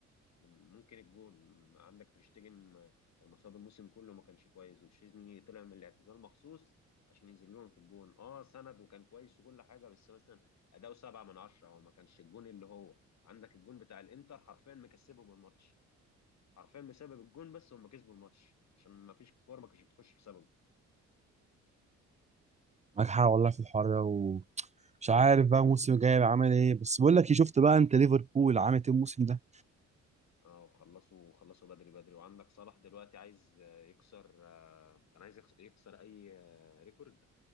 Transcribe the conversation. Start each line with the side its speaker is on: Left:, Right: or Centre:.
Left: يعني ممكن الجون عندك تريشتجن كان مصاب الموسم كله ما كانش كويس وتشيزني طلع من الاعتزال مخصوص عشان ينزل لهم في الجون اه سند وكان كويس وكل حاجه بس مثلا اداؤه سبعة من عشرة هو ما كانش الجون اللي هو عندك الجون بتاع الانتر حرفيا مكسبهم الماتش حرفيا بسبب الجون بس هم كسبوا الماتش عشان ما فيش كوره ما كانتش بتخش بسببه
Right: ناجحه والله في الحوار ده ومش عارف بقى الموسم الجاي هيبقى عامل ايه بس بقول لك إيه، شفت بقى انت ليفربول عامل ايه الموسم ده
Left: اه وخلصوا خلصوا بدري بدري وعندك صلاح دلوقتي عايز آه، يكسر آه، كان عايز يكسر يكسر اي آه، ريكورد